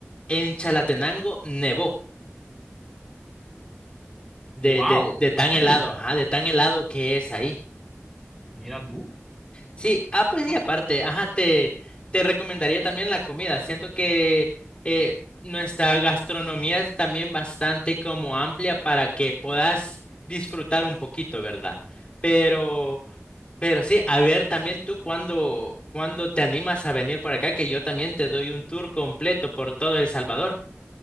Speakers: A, on the left (about 25°); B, in the centre.
A: en Chalatenango nevó de,
B: Wow,
A: de, de
B: ¿en
A: tan
B: serio?
A: helado, ajá, de tan helado que es ahí.
B: Mira tú.
A: Sí, ah, pues y
B: Wow.
A: aparte, ajá, te, te recomendaría también la comida. Siento que eh, nuestra gastronomía es también bastante como amplia para que puedas disfrutar un poquito, ¿verdad? Pero, pero sí, a ver también tú cuando, cuando te animas a venir por acá, que yo también te doy un tour completo por todo El Salvador.